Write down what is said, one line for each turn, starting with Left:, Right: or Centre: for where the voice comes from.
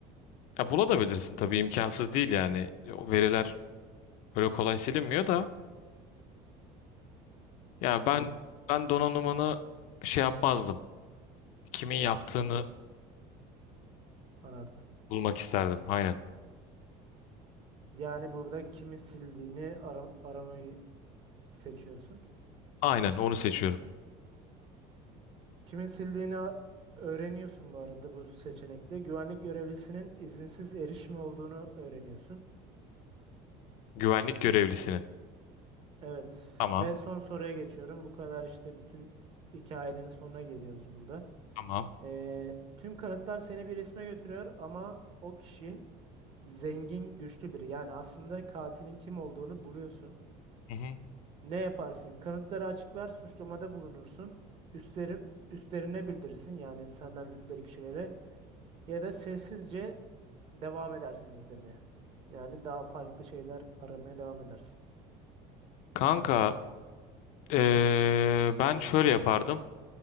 Left: ya bulabilirsin tabii imkansız değil yani. O veriler öyle kolay silinmiyor da. Ya ben
Right: Yani
Left: ben donanımını şey yapmazdım. Kimin yaptığını
Right: arardın.
Left: bulmak isterdim. Aynen.
Right: Yani burada kimin sildiğini ara- aramayı seçiyorsun.
Left: Aynen onu seçiyorum.
Right: Kimin sildiğini a- öğreniyorsun bu arada bu seçenekte. Güvenlik görevlisinin izinsiz erişimi olduğunu öğreniyorsun.
Left: Güvenlik görevlisinin.
Right: Evet
Left: Tamam.
Right: ve son soruya geçiyorum. Bu kadar işte bütün hikayenin sonuna geliyoruz burada.
Left: Tamam.
Right: Ee, tüm kanıtlar seni bir isme götürüyor ama o kişi Zengin, güçlü biri. Yani aslında katilin kim olduğunu buluyorsun.
Left: Hı hı.
Right: Ne yaparsın? Kanıtları açıklar, suçlamada bulunursun. Üstleri, üstlerine bildirirsin yani senden rütbeli kişilere. Ya da sessizce devam edersin izlemeye. Yani daha farklı şeyler aramaya devam edersin.
Left: Kanka ee, ben şöyle yapardım.